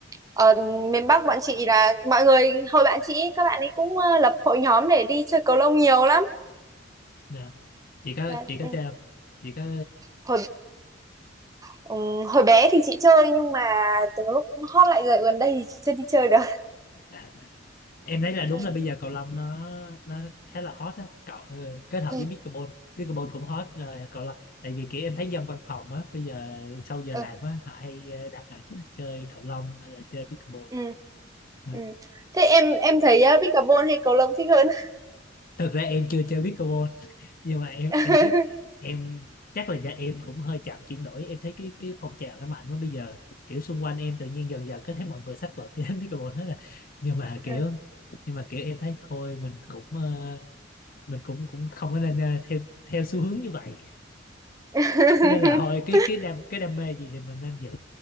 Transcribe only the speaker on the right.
Ở miền Bắc bọn chị là mọi người hồi bạn chị ấy, các bạn ấy cũng ờ, lập hội nhóm để đi chơi cầu lông nhiều lắm.
Đấy.
ừ.
Hồi ừ, hồi bé thì chị chơi nhưng mà từ lúc cũng hot lại rồi gần đây thì chị chưa đi chơi được.
Ừ.
Ừ.
Ừ.
Ừ.
ừ. Thế em em thấy uh, pickleball hay cầu lông thích hơn?
<laughs>
Ừ.
<laughs>